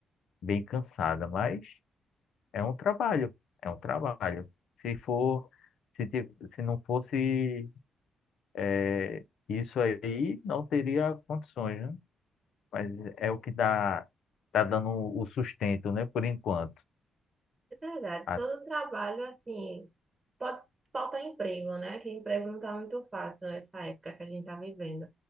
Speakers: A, on the left; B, on the right.
A: bem cansada, mas é um trabalho. É um trabalho. Se for, se, ti- se não fosse eh, isso aí, não teria condições, né? Mas é o que dá, tá dando o sustento, né? Por enquanto.
B: É verdade.
A: Ah,
B: Todo trabalho, assim, Pode faltar emprego, né? Que emprego não está muito fácil nessa época que a gente está vivendo.